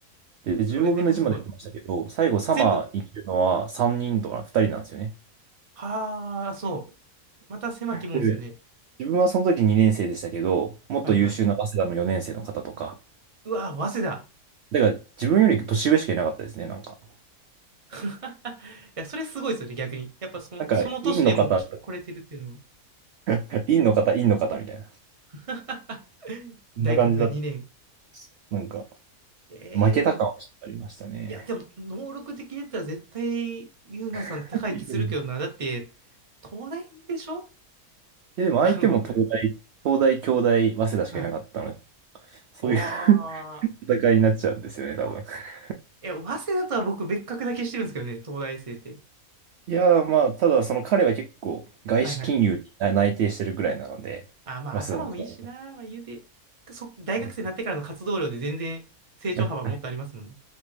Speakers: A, on the right; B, on the right.
A: で、
B: それでもすごい。
A: 15分の1まで行きましたけど、最後サマー行けるのは3人とか2人なんですよね。
B: 全部、はあ、そう。また狭きもんですね。
A: で、自分はその時2年生でしたけど、もっと優秀な早稲田の4年生の方とか、
B: はいはい。うわー、早稲田。
A: だから自分より年上しかいなかったですね、なんか。
B: <laughs> いや、それすごいですよね、逆に。やっぱその、
A: なんか、
B: その年でもうき来れてるっていうのは。
A: 院の方、<laughs> 院の方、院の方みたいな。
B: <laughs>
A: そんな感じだった。
B: 大学2年。
A: なんか、
B: ええー、
A: 負けた感はちょっとありましたね。
B: でも、いや、でも、能力的に言ったら絶対、ユうマさん高い気するけどな。
A: <laughs>
B: だって、東大でしょ
A: や、でも相手も東大、
B: <laughs> あの、
A: 東大、京大、早稲田しかいなかったので、
B: はい。
A: そういう
B: おー。
A: <laughs> 戦いになっちゃうんですよね、多分。<laughs>
B: え、早稲田とは僕別格な気してるんですけどね、東大生って。
A: いやー、まあ、ただ、その彼は結構、外資金融に内定してるぐらいなので、
B: はいはい。あ、まあ頭もいいしな、
A: 早稲田の方
B: まあ言うて、そ、大学生になってからの活動量で全然成長幅もっとありますもんね。
A: その、<laughs>